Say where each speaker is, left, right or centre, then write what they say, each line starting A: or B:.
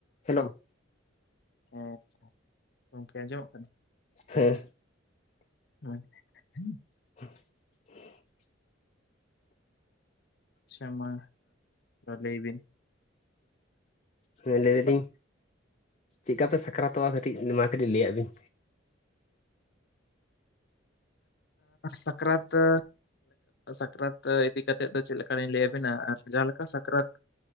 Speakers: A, on the left; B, on the left.
A: Hello ᱦᱩᱸ
B: ᱜᱚᱝᱠᱮ, ᱦᱮᱸ ᱜᱚᱝᱠᱮ ᱟᱸᱡᱚᱢᱚᱜ ᱠᱟᱱᱟ
A: ᱦᱮᱸ᱾
B: <inaudible>
A: <inaudible> <inaudible>
B: ᱟᱪᱪᱷᱟ ᱢᱟ ᱞᱟᱹᱭ ᱵᱤᱱ
A: ᱦᱮᱸ ᱞᱟᱹᱭ ᱫᱟᱞᱤᱧ ᱪᱮᱠᱟᱯᱮ ᱥᱟᱠᱨᱟᱛᱚᱜ-ᱟ ᱠᱟᱹᱴᱤᱡ ᱢᱟ ᱠᱟᱹᱴᱤᱡ ᱞᱟᱹᱭᱟᱜ ᱵᱤᱱ
B: ᱥᱟᱠᱨᱟᱛ ᱫᱚ ᱥᱟᱠᱨᱟᱛ ᱤᱫᱤ ᱠᱟᱛᱮᱫ ᱫᱚ ᱪᱮᱫ ᱞᱮᱠᱟ ᱞᱤᱧ ᱞᱟᱹᱭ ᱟᱵᱤᱱᱟ ᱟᱨ ᱡᱟᱦᱟᱸ ᱞᱮᱠᱟ ᱥᱟᱠᱨᱟᱛ